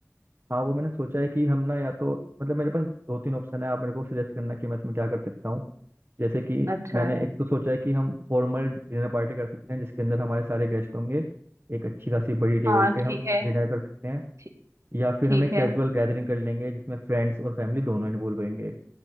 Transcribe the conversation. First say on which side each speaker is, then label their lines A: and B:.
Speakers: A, on the right (about 45°); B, on the right (about 65°).
A: हाँ वो मैंने सोचा है कि हम ना या तो मतलब मेरे पास दो तीन ऑप्शन है आप मेरे को सजेस्ट करना कि मैं इसमें क्या कर सकता हूँ जैसे कि
B: अच्छा
A: मैंने
B: है
A: एक तो सोचा है कि हम फॉर्मल डिनर पार्टी कर सकते हैं जिसके अंदर हमारे सारे गेस्ट होंगे एक अच्छी खासी बड़ी टेबल
B: हाँ
A: पे
B: ठीक
A: हम
B: है
A: डिनर कर सकते हैं
B: ठी-
A: या फिर
B: ठीक
A: हम एक
B: है
A: कैजुअल गैदरिंग कर लेंगे जिसमें फ्रेंड्स और फैमिली दोनों इन्वॉल्व होंगे